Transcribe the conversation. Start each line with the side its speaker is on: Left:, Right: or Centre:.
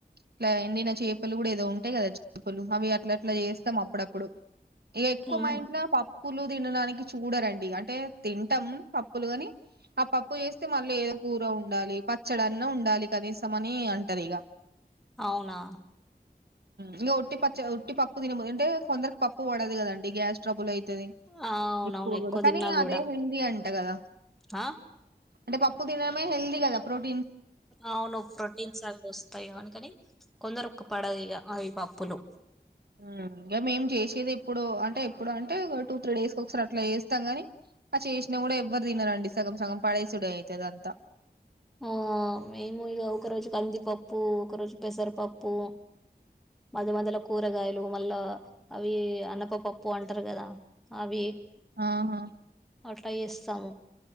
Right: ఇట్ల ఎండిన చేపలు కూడ ఏదో ఉంటయి కద చేపలు అవి అట్ల అట్ల చేస్తం అప్పుడప్పుడు ఎక్కువ
Centre: ఉమ్,
Right: మా ఇంట్లో పప్పులు తినడానికి చూడరండి అంటె తింటం పప్పులు గని ఆ పప్పు చేస్తే మళ్ళీ ఏదో కూర ఉండాలి పచ్చడన్న ఉండాలి కనీసం అని అంటరు ఇగ
Centre: అవునా
Right: ఇంక ఉట్టి పచ్ ఉట్టి పప్పు తిన అంటె కొందరికి పప్పు పడదు కదండి గ్యాస్ ట్రబుల్ అయి అది
Centre: ఆ, అవునవును
Right: ఎక్కువ కూడ కానీ
Centre: తిన్నా
Right: అదే
Centre: కూడా
Right: హిందీ అంట కద
Centre: ఆ
Right: అంటె పప్పు తినడమే హెల్దీ కద ప్రోట్
Centre: అవును ప్రోటీన్స్ అవి వస్తయి అందుకని కొందరుకు పడదు ఇగ అవి పప్పులు
Right: ఉమ్ ఇగ మేం చేసేది ఎప్పుడో అంటె ఎప్పుడు అంటె ఒక టూ త్రీ డేస్కి ఒకసారి అట్ల చేస్తం గాని ఆ చేసిన కూడ ఎవ్వరు తిననరండి సగం సగం పడేసుడె అయితది అంత
Centre: ఆ మేము ఇగ ఒక రోజు కందిపప్పు ఒక రోజు పెసరపప్ పో మధ్య మధ్యల కూరగాయలు మళ్ళా అవి అన్నపపప్పు అంటరు గదా అవి
Right: ఆహా
Centre: అట్ల ఏస్తాము.